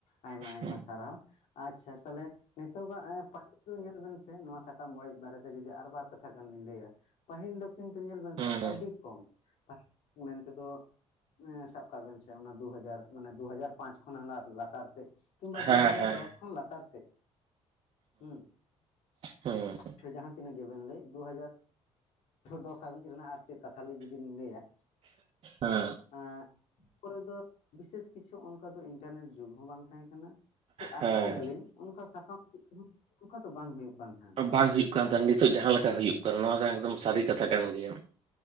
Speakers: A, on the left; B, on the right.
A: ᱟᱭᱢᱟ ᱟᱭᱢᱟ
B: ᱦᱩᱸ
A: ᱥᱟᱨᱦᱟᱣ ᱟᱪᱷᱟ ᱛᱟᱦᱞᱮ ᱱᱤᱛᱚᱜᱟᱜ ᱯᱟᱹᱤᱞ ᱧᱮᱞ ᱵᱮᱱ ᱥᱮ ᱱᱚᱣᱟ ᱥᱟᱠᱟᱢ ᱚᱲᱮᱡ ᱵᱟᱨᱮᱛᱮ ᱡᱩᱫᱤ ᱟᱨ ᱵᱟᱨ ᱠᱟᱛᱷᱟ ᱜᱟᱱ ᱵᱤᱱ ᱞᱟᱹᱭᱟ᱾ ᱯᱟᱹᱦᱤᱞ ᱫᱚ ᱠᱤᱱᱛᱩ ᱧᱮᱞ ᱵᱮᱱ
B: ᱦᱩᱸ
A: ᱥᱮ ᱟᱹᱰᱤ ᱠᱚᱢ ᱢᱮᱱ ᱛᱮᱫᱚ ᱥᱟᱵ ᱠᱟᱜ ᱵᱮᱱ ᱥᱮ ᱚᱱᱟ ᱫᱩ ᱦᱟᱡᱟᱨ ᱢᱟᱱᱮ ᱫᱩ ᱦᱟᱡᱟᱨ ᱯᱟᱸᱪ ᱠᱷᱚᱱ ᱦᱟᱱᱟ ᱞᱟᱛᱟᱨ ᱥᱮᱫ ᱠᱤᱢᱵᱟ
B: ᱦᱮᱸ
A: ᱫᱩ ᱦᱟᱡᱟᱨ
B: ᱦᱮᱸ
A: ᱫᱚᱥ ᱠᱷᱚᱱ ᱞᱟᱛᱟᱨ ᱥᱮᱫ᱾ ᱦᱩᱸ
B: ᱦᱩᱸ
A: ᱯᱮ ᱡᱟᱦᱟᱸᱜ᱾ ᱛᱤᱱᱟᱹᱜ ᱜᱮᱵᱤᱱ ᱞᱟᱹᱭ ᱫᱩ ᱦᱟᱡᱟᱨ ᱫᱚᱥ ᱦᱟᱹᱵᱤᱡ ᱜᱮ ᱢᱮᱱᱟᱜ-ᱟ ᱟᱨ ᱪᱮᱫ ᱠᱟᱛᱷᱟ ᱞᱮ ᱡᱩᱫᱤᱢ ᱞᱟᱹᱭᱟᱢ
B: ᱦᱮᱸ
A: ᱮᱸ ᱠᱚᱨᱮ ᱫᱚ ᱵᱤᱥᱮᱥ ᱠᱤᱪᱷᱩ ᱚᱱᱠᱟ ᱫᱚ ᱤᱱᱴᱟᱨᱱᱮᱴ ᱡᱩᱜᱽ ᱦᱚᱸ ᱵᱟᱝ ᱛᱟᱦᱮᱸ ᱠᱟᱱᱟ, ᱥᱮ ᱟᱥᱟᱭ
B: ᱦᱮᱸ
A: ᱫᱟᱞᱤᱧ ᱚᱱᱠᱟ ᱥᱟᱠᱟᱢ <inaudible> ᱚᱱᱠᱟ ᱫᱚ ᱵᱟᱝ ᱦᱩᱭᱩᱜ ᱠᱟᱱ ᱛᱟᱦᱮᱸᱱ
B: ᱵᱟᱝ ᱦᱩᱭᱩᱜ ᱠᱟᱱ ᱛᱟᱦᱮᱸᱱ ᱱᱤᱛᱚᱜ ᱡᱟᱦᱟᱸ ᱞᱮᱠᱟ ᱦᱩᱭᱩᱜ ᱠᱟᱱᱟ ᱱᱚᱣᱟ ᱫᱚ ᱮᱠᱫᱚᱢ ᱥᱟᱹᱨᱤ ᱠᱟᱛᱷᱟ ᱠᱟᱱ ᱜᱮᱭᱟ᱾